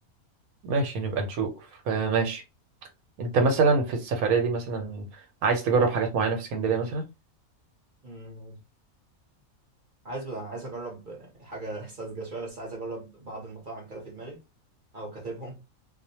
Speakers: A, on the right; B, on the right.
A: ماشي نبقى نشوف آه، ماشي انت مثلا في السفرية دي مثلا عايز تجرب حاجات معينة في اسكندرية مثلا
B: مم. عايز عايز أجرب آه، حاجة <laughs> ساذجة شوية بس عايز أجرب بعض المطاعم كده في دماغي أو كاتبهم